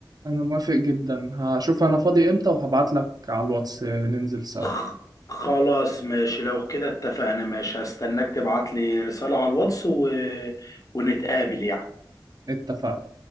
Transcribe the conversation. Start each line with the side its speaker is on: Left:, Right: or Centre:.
Right: انا موافق جدا هشوف انا فاضي امتى وهبعت لك على الواتس ننزل سوا
Left: خ- خلاص ماشي لو كده اتفقنا ماشي هستناك تبعت لي رسالة على الواتس و... ونتقابل يعني
Right: اتفقنا